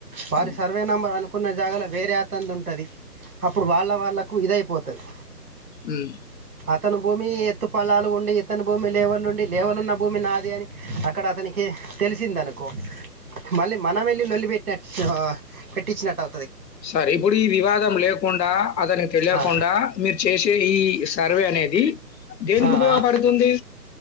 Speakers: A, on the right (about 55°); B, on the left (about 80°).
A: వారి
B: హ్మ్.
A: సర్వే నంబ అనుకున్న జాగాల వేరే అతంది ఉంటది అప్పుడు వాళ్ళ వాళ్ళలకు ఇదైపోతది
B: హ్మ్.
A: ఇతను భూమి ఎత్తు పలాలు ఉండి ఇతని భూమి లేవలు ఉండి లేవలు ఉన్న భూమి నాది అని అక్కడ అతనికి తెలిసిందనుకో మళ్ళీ మనం వెళ్ళి లొల్లి పెట్టినటూ టిచినట్టై
B: సరే ఇప్పుడు ఈ వివాదం లేకుండా అతనికి తెలియకుండా
A: ఆ
B: మీరు చేసే ఈ సర్వే అనేది దేనికి
A: ఆ
B: ఉపయోగపడుతుంది
A: ఆ